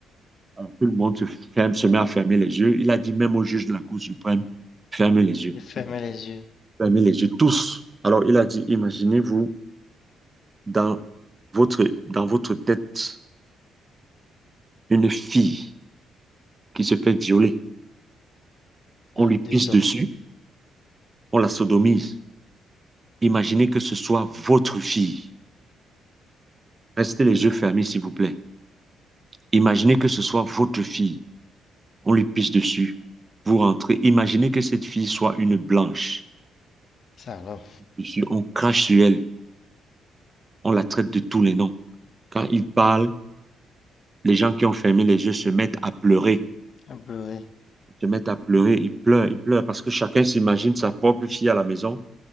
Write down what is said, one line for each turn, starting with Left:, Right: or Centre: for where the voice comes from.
Right: Alors, tout le monde se, ferme, se met à fermer les yeux. Il a dit même au juge de la Cour suprême, fermez les yeux,
Left: De fermer les yeux.
Right: fermez les yeux tous. Alors, il a dit, imaginez-vous dans votre, dans votre tête Une fille qui se fait violer,
Left: Par
Right: on lui
Left: deux
Right: pisse dessus,
Left: hommes.
Right: on la sodomise. Imaginez que ce soit votre fille. Restez les yeux fermés, s'il vous plaît. Imaginez que ce soit votre fille. On lui pisse dessus. Vous rentrez. Imaginez que cette fille soit une blanche.
Left: Ça alors,
Right: Dessus, On crache sur elle. On la traite de tous les noms. Quand ils parlent, les gens qui ont fermé les yeux se mettent à pleurer.
Left: un bleu, oui.
Right: Ils se mettent à pleurer. Ils pleurent, ils pleurent parce que chacun s'imagine sa propre fille à la maison.